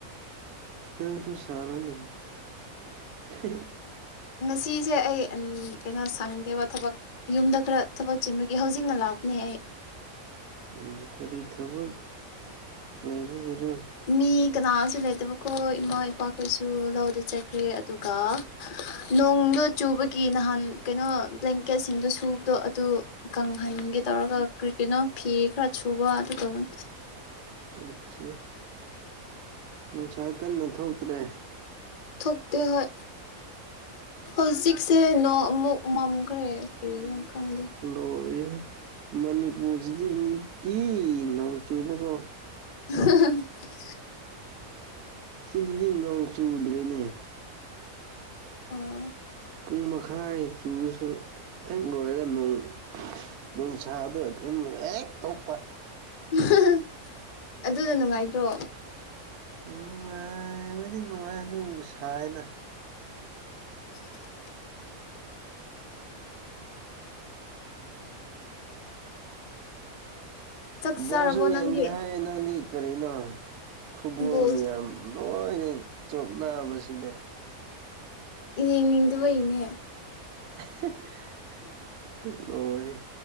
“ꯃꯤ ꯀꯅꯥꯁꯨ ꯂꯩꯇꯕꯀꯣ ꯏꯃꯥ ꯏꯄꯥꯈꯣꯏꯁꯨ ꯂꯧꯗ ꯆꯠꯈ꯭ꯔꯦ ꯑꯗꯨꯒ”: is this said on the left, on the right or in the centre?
Left